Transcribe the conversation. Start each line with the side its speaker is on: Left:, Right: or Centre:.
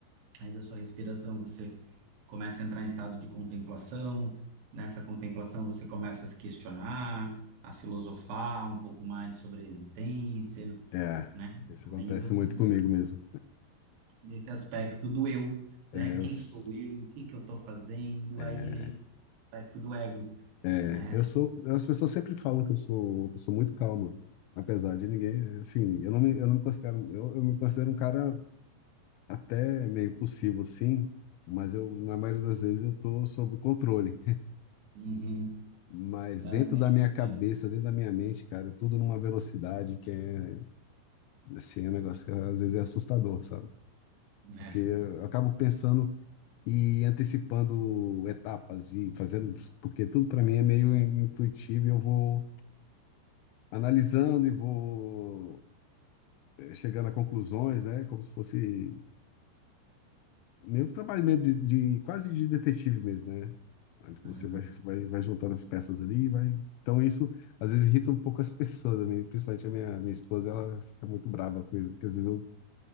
Right: aí da sua respiração você começa a entrar em estado de contemplação. Nessa contemplação, você começa a se questionar, a filosofar um pouco mais sobre a existência,
Left: É,
Right: né?
Left: isso acontece
Right: Aí você
Left: muito
Right: entra
Left: comigo mesmo.
Right: nesse aspecto do eu,
Left: É,
Right: né? Quem
Left: eu, s-
Right: sou eu? O que que eu estou fazendo?
Left: é,
Right: Aí a gente aspecto do ego,
Left: é,
Right: né?
Left: eu sou. As pessoas sempre falam que eu sou uma pessoa muito calma, apesar de ninguém. Assim, eu não me, eu não me considero. Eu, eu me considero um cara. até meio possível, sim, mas eu, na maioria das vezes, eu tô sob controle. <laughs>
Right: Uhum.
Left: Mas
Right: Mas
Left: dentro
Right: não mexe
Left: da minha
Right: contigo.
Left: cabeça, dentro da minha mente, cara, é tudo numa velocidade que é, assim, é um negócio que às vezes é assustador, sabe?
Right: É.
Left: Porque eu acabo pensando e antecipando etapas e fazendo, porque tudo para mim é meio intuitivo e eu vou analisando e vou eh, chegando a conclusões, né? Como se fosse meio trabalho mesmo de, de- quase de detetive mesmo, né? Aí Você
Right: Uhum.
Left: vai, vai, vai juntando as peças ali, e vai. Então isso às vezes irrita um pouco as <laughs> pessoas, né? Principalmente a minha, minha esposa, ela fica muito brava com isso, porque às vezes eu,